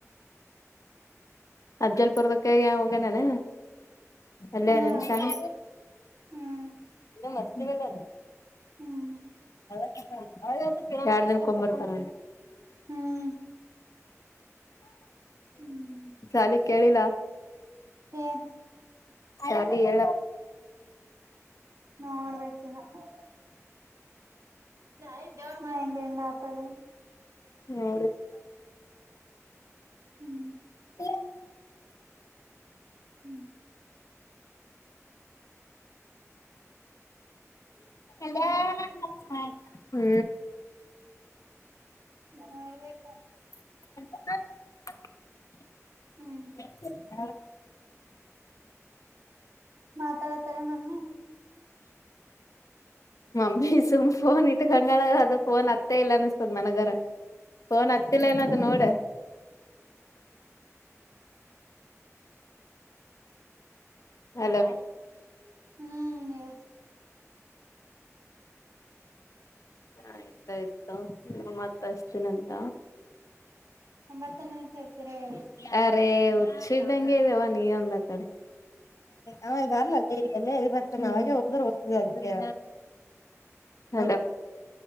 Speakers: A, on the left; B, on the right.
A: ಅಫ್ಜಲ್ಪುರ್ದಕ ಹೋಗನಾನ ಅಲ್ಲ
B: ಹಾ
A: ನಿನ್ಶನ್
B: ಜಲ್ಪುರ್ ಹ್ಮ್
A: ಮ ನಿಲ್ಲ ಅಲ್ಲ
B: ಹ್ಮ್
A: ಹದ ಎಾರ್ ದನ್ಕೊ್ ಬರ್ತಾರ
B: ಹ್ಮ್ ಹ್ಮ್
A: ಚಾಲಿ ಕೇಳಿಲ್ಲ
B: ಏನ್
A: ಶಾಲಿ ಹೇಳಪ್ಪ
B: ನೋಡ್ಬೇಕಿನ ಹ ನ ದೇವ್ರ ಮ ಹೆಂಗಗೆ ಹೆಂಗ ಆತದ
A: ಹೌ
B: ಹ್ಮ್
A: ಇ
B: ಹ್ಮ್
A: ಲ್ಲ
B: ಹಾ
A: ಹ್ಮ್
B: ನಾಬೇಕ
A: ಎ
B: ಹ್ಮ್
A: ಇಲ್ಲ
B: ಮಾತಾಡತಾರೆ ಮಮ್ಮಿ
A: ಮಮ್ಮಿ ಸುಮ್ ಫೋನ್ ಇಟ್ಕೊಂಡಳ ಅದು ಫೋನ್ ಅತ್ತ ಇಲ್ಲ ಅನಿಸತದ ನನಗರ ಫೋನ್ ಅತ್ತಿಲ್ಲ ಅನ್ನೋದು ನೋಡ ಹಲೋ
B: ಹ್ಮ್ ಎಸ್
A: ಆಯ್ತಾಯ್ತು ಮತ್ತ ಅಷ್ಟತೀಿನಂತ
B: ಒಂಬತ್ತು ನಿಮಿಷ ಆಯ್ತೀರ ಹೇಳಿ
A: ಬರ್ ಅೇ ಸಿದ್ದಂಗೆ ಇದವ ನೀ ಒಂದ ಕಡೆ ಅವ ಬರ್ಲಲ್ಲ ಎಲ್ಲ ಬರ್ ನಾವಾಗ ಹೋದ್ರೆ ಓದ್ತಿದೆ ಅದಕ್ಕೆ ಹ